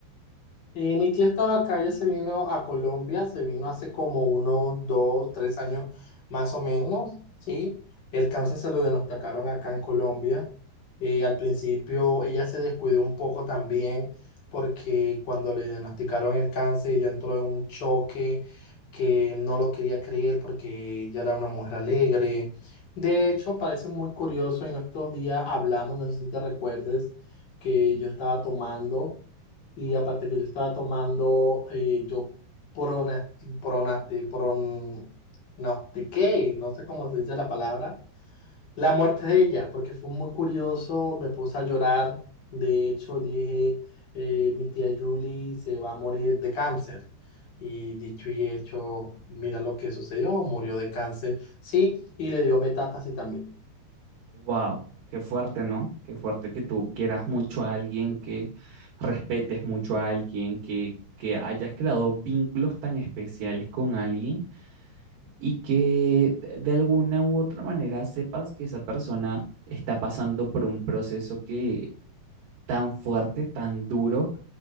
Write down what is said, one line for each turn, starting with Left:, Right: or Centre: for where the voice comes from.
Left: Y mi tía estaba acá, ella se vino a Colombia, se vino hace como unos dos, tres años más o menos, ¿sí? El cáncer se lo diagnosticaron acá en Colombia. Y al principio ella se descuidó un poco también porque cuando le diagnosticaron el cáncer ella entró en un choque que no lo quería creer porque ella era una mujer alegre. De hecho, parece muy curioso, en estos días hablamos, no sé si te recuerdes, que yo estaba tomando. Y aparte que yo estaba tomando, eh, yo pronas- pronaste, pron, no, ¿de qué? No sé cómo se dice la palabra. La muerte de ella, porque fue muy curioso, me puse a llorar. De hecho, dije, eh, mi tía Julie se va a morir de cáncer. Y dicho y hecho, mira lo que sucedió, murió de cáncer, sí, y le dio metástasis también.
Right: Wow, qué fuerte, ¿no? Qué fuerte que tú quieras mucho a alguien, que respetes mucho a alguien, que, que hayas creado vínculos tan especiales con alguien y que de de alguna u otra manera sepas que esa persona está pasando por un proceso que tan fuerte, tan duro,